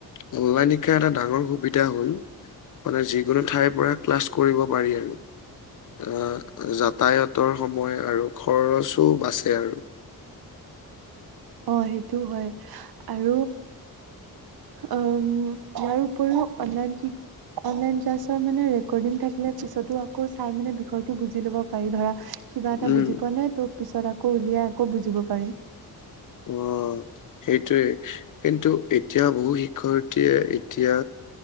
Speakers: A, on the left; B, on the right.
A: অনলাইন শিকা এটা ডাঙৰ সুবিধা হ'ল মানে যিকোনো ঠাইৰ পৰা ক্লাছ কৰিব পাৰি আৰু। অ', যাতায়তৰ সময় আৰু খৰচো বাচে আৰু
B: অ', সেইটো হয়, আৰু উম, ইয়াৰ উপৰিও অনলাইন অনলাইন ক্লাছৰ মানে ৰেকৰ্ডিং থাকিলে পিছতো আকৌ চাই মানে বিষয়টো বুজি লব পাৰি ধৰা কিবা এটা
A: উম,
B: বুজি পোৱা নাই, তোক পিছত আকৌ উলিয়াই আকৌ বুজিব পাৰিম।
A: অ'। সেইটোৱে, কিন্তু এতিয়া বহু শিক্ষয়িতীয়ে এতিয়া